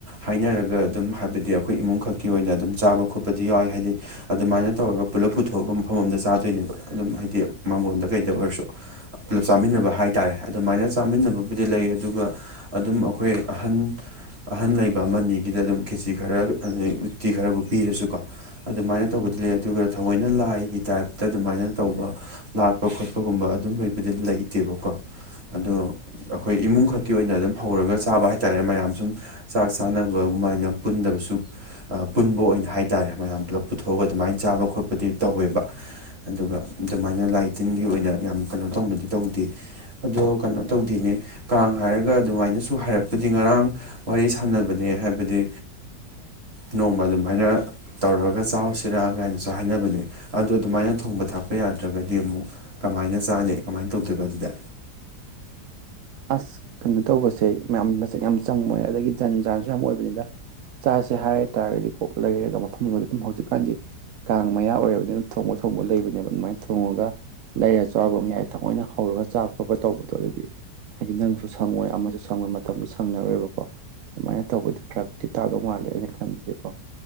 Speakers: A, on the right; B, on the right.
A: ꯍꯥꯏꯅꯔꯒ ꯑꯗꯨꯝ ꯍꯥꯏꯕꯗꯤ ꯑꯩꯈꯣꯏ ꯏꯃꯨꯡꯈꯛꯀꯤ ꯑꯣꯏꯅ ꯑꯗꯨꯝ ꯆꯥꯕ ꯈꯣꯠꯄꯗꯤ ꯌꯥꯎꯏꯤ ꯍꯥꯏꯗꯤ ꯑꯗꯨꯃꯥꯏꯅ ꯇꯧꯔꯒ ꯄꯨꯂꯞ ꯄꯨꯊꯣꯛꯑꯒ ꯃꯐꯝ ꯑꯝꯗ ꯆꯥꯗꯣꯏꯅꯦꯕ ꯑꯗꯨꯝ ꯍꯥꯏꯗꯤ ꯃꯥꯡꯒꯣꯟꯗ ꯀꯩꯗ ꯑꯣꯏꯔꯁꯨ ꯄꯨꯂꯞ ꯆꯥꯃꯤꯟꯅꯕ ꯍꯥꯏꯇꯥꯔꯦ ꯑꯗꯨꯃꯥꯏꯅ ꯆꯥꯃꯤꯟꯅꯕꯕꯨꯗꯤ ꯂꯩ ꯑꯗꯨꯒ ꯑꯗꯨꯝ ꯑꯩꯈꯣꯏ ꯑꯍꯟ ꯑꯍꯟ ꯂꯩꯕ ꯑꯃꯅꯤ ꯑꯒꯤꯗ ꯑꯗꯨꯝ ꯈꯦꯆ ꯈꯔꯩ ꯎꯠꯇꯤ ꯈꯔꯕꯨ ꯄꯤꯔꯁꯨꯀꯣ ꯑꯗꯨꯃꯥꯏꯅ ꯇꯧꯕꯗꯤ ꯂꯩ ꯑꯗꯨꯒ ꯊꯑꯣꯏꯅ ꯂꯥꯏꯒꯤ ꯇꯥꯏꯞꯇ ꯑꯗꯨꯃꯥꯏꯅ ꯇꯧꯕ ꯂꯥꯠꯄ ꯈꯣꯠꯄꯒꯨꯝꯕ ꯑꯗꯨꯝ ꯂꯩꯕꯗꯤ ꯂꯩꯇꯦꯕꯀꯣ ꯑꯗꯣ ꯑꯩꯈꯣꯏ ꯏꯃꯨꯡꯈꯛꯀꯤ ꯑꯣꯏꯅ ꯑꯗꯨꯝ ꯍꯧꯔꯒ ꯆꯥꯕ ꯍꯥꯏꯇꯥꯥꯔꯦ ꯃꯌꯥꯝ ꯁꯨꯝ ꯆꯥꯛ ꯆꯥꯅꯕ ꯑꯗꯨꯃꯥꯏꯅ ꯄꯨꯟꯗꯕꯁꯨ ꯄꯨꯟꯕ ꯑꯣꯏꯅ ꯍꯥꯏꯇꯥꯔꯦ ꯃꯌꯥꯝ ꯄꯨꯂꯞ ꯄꯨꯊꯣꯛꯑꯒ ꯑꯗꯨꯃꯥꯏꯅ ꯆꯥꯕ ꯈꯣꯠꯄꯗꯤ ꯇꯧꯋꯦꯕ ꯑꯗꯨꯒ ꯑꯗꯨꯃꯥꯏꯅ ꯂꯥꯏ ꯇꯤꯟꯒꯤ ꯑꯣꯏꯅ ꯌꯥꯝ ꯀꯩꯅꯣ ꯇꯧꯅꯗꯤ ꯇꯧꯗꯦ ꯑꯗꯣ ꯀꯩꯅꯣ ꯇꯧꯗꯦꯅꯦ ꯀꯥꯡ ꯍꯥꯏꯔꯒ ꯑꯗꯨꯃꯥꯏꯅꯁꯨ ꯍꯥꯏꯔꯛꯄꯗꯤ ꯉꯔꯥꯡ ꯋꯥꯔꯤ ꯁꯥꯟꯅꯕꯅꯦ ꯍꯥꯏꯕꯗꯤ ꯅꯣꯡꯃ ꯑꯗꯨꯃꯥꯏꯅ ꯇꯧꯔꯒ ꯆꯥꯁꯤꯔꯥ ꯀꯥꯏꯅꯁꯨ ꯍꯥꯏꯅꯕꯅꯦ ꯑꯗꯨꯗ ꯑꯗꯨꯃꯥꯏꯅ ꯊꯣꯡꯕ ꯊꯥꯛꯄ ꯌꯥꯗ꯭ꯔꯒꯗꯤ ꯑꯃꯨꯛ ꯀꯃꯥꯏꯅ ꯆꯥꯅꯤ ꯀꯃꯥꯏꯅ ꯇꯧꯗꯣꯏꯒ ꯑꯗꯨꯗ
B: ꯑꯁ ꯀꯩꯅꯣ ꯇꯧꯕꯁꯦ ꯃꯌꯥꯝ ꯃꯆꯠ ꯌꯥꯝ ꯆꯪꯕꯅꯦ ꯑꯗꯒꯤ ꯖꯟ ꯆꯥꯟꯁꯨ ꯌꯥꯝ ꯑꯣꯏꯕꯅꯤꯗ ꯆ ꯁꯦ ꯍꯥꯏꯔ ꯇꯥꯔꯒꯗꯤ ꯀꯣꯛ ꯂꯩꯔꯒ ꯃꯐꯝ ꯑꯃꯗ ꯑꯗꯨꯝ ꯍꯧꯖꯤꯛꯀꯥꯟꯗꯤ ꯀꯥꯡ ꯃꯌꯥ ꯑꯣꯏꯔꯕꯅꯤꯅ ꯊꯣꯡꯕ ꯊꯣꯡꯕ ꯂꯩꯕꯅꯦꯕ ꯑꯗꯨꯃꯥꯏꯅ ꯊꯣꯡꯉꯒ ꯂꯩꯔ ꯆꯥꯕ ꯃꯤ ꯌꯥꯏ ꯊꯪꯅ ꯍꯧꯔꯒ ꯆꯥꯕ ꯈꯣꯠꯄ ꯇꯧꯕꯗꯣ ꯑꯗꯨꯗꯤ ꯅꯪꯁꯨ ꯁꯪꯉꯣꯏ ꯑꯃꯁꯨ ꯁꯪꯉꯣꯏ ꯃꯇꯝꯁꯨ ꯁꯪꯅꯔꯣꯏꯕꯀꯣ ꯑꯗꯨꯃꯥꯏꯅ ꯇꯧꯕꯗ ꯐꯔꯛꯇꯤ ꯇꯥꯗꯧ ꯃꯥꯜꯂꯦꯅ ꯈꯟꯕꯗꯤꯀꯣ